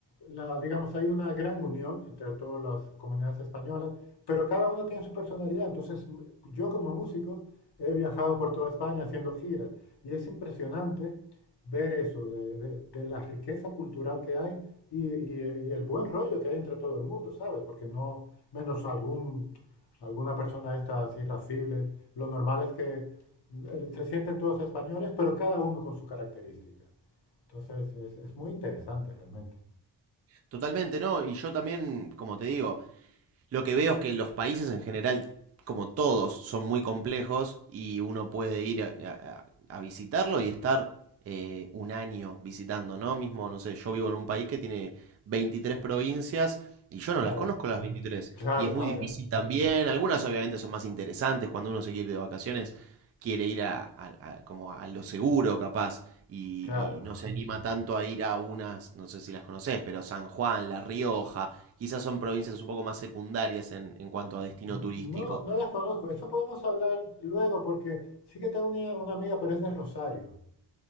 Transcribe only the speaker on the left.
la, digamos, hay una gran unión entre todas las comunidades españolas, pero cada una tiene su personalidad. Entonces, yo como músico he viajado por toda España haciendo giras y es impresionante ver eso, de, de- de la riqueza cultural que hay y, y- y el buen rollo que hay entre todo el mundo, ¿sabes? Porque no, menos algún, alguna persona de estas irascibles, lo normal es que eh, se sienten todos españoles, pero cada uno con su característica. Entonces, es es muy interesante realmente.
Claro,
claro,
madre,
claro.
No,
no las conozco. Eso podemos hablar luego porque sí que tengo una, una amiga, pero es de Rosario.